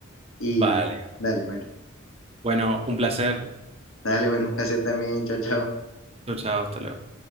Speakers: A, on the left; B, on the right.
A: y
B: Vale.
A: dale, bueno.
B: Bueno, un placer.
A: Dale, bueno, un placer también. Chao, chao.
B: Chao, chao, hasta luego.